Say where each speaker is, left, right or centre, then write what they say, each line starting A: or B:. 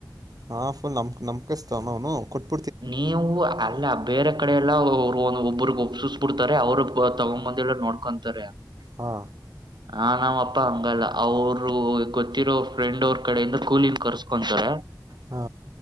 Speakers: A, on the right; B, on the right.
A: ಹಾ ಫುಲ್ ನಮ ನಮಕ ಇಸ್ತಾವ ನನು ಕೊಟ್ಟ
B: ನೀವು ಅಲ್ಲ ಬೇರೆ ಕಡೆ ಎಲ್ಲ ಒಬ್ಬ್ರಗ್ ಸುಸ್ಬಿಡ್ತಾರೆ ಅವರು ತಗೊಂಬಂದ ನೋಡ್ಕೊತಾರೆ
A: ಹಾ
B: ಹ ನಾಮಪ್ಪಾ ಹಂಗಲ್ಲ ಅವರು ಗೊತ್ತಿರೋ ಫ್ರೆಂಡ್ ಅವ್ರ ಕಡೆಯಿಂದ ಕೂಲನ್ ಕರ್ಸ್ಕೊಂತಾರೆ
A: ಹ್ಮ